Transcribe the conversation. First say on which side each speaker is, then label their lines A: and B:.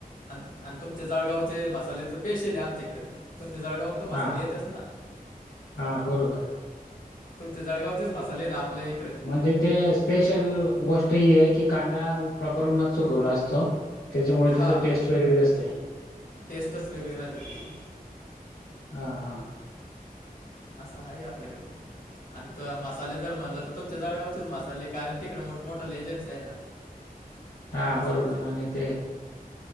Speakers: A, on the left; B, on the left.
A: अन-अन तुमच्या जळगावचे मसाहाल्याचं स्पेशल ये आमच्याकडे तुमच्या जळगावतून तर मसाहाले
B: हां
A: येत्याच ना.
B: हां बरोबर.
A: तुमचे जळगावचेच मसाहाले ना आपल्या इकड.
B: म्हणजे ते स्पेशल गोष्ट ही आहे की कांदा प्रॉपर उन्हात सुकवला असतो. त्याच्यामुळे
A: हां
B: त्याचं टेस्ट वेगळीच असते.
A: टेस्टच वेगळी राहते तिथे.
B: हा-हा.
A: असं आहे आपल्याकडे. अन त मसाहाले जर म्हणलं तर तुमच्या जळगावचेच मसाहाले कारण तिकडे मोठ-मोठं एजन्सी या आहे ना.
B: हां
A: मसाहाल्याच्या
B: बरोबर आणि ते